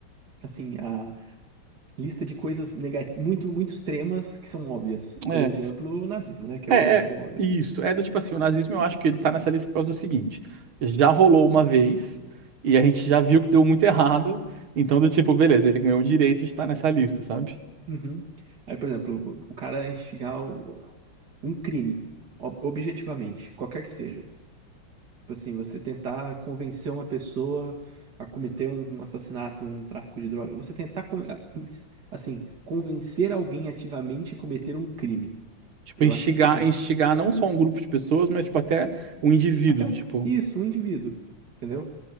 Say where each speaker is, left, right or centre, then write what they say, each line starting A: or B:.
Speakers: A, on the right; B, on the right.
A: assim, a lista de coisas nega- muito, muito extremas que são óbvias.
B: é,
A: Por exemplo, o nazismo, né? Que
B: É,
A: é o exemplo
B: é
A: óbvio.
B: isso. É do tipo assim, o nazismo eu acho que ele tá nessa lista por causa do seguinte: já rolou uma vez e a gente já viu que deu muito errado, então do tipo, beleza, ele ganhou o direito de estar nessa lista, sabe?
A: Uhum. Aí, por exemplo, o o cara instigar o- um crime, ob- objetivamente, qualquer que seja. Tipo assim, você tentar convencer uma pessoa a cometer um, um assassinato, um tráfico de drogas, Você tentar, con- a- ins- assim, convencer alguém ativamente a cometer um crime.
B: Tipo,
A: Eu
B: instigar,
A: acho que isso também.
B: instigar não só um grupo de pessoas, mas tipo até um indivíduo,
A: Até
B: do
A: um,
B: tipo,
A: isso, um indivíduo, entendeu?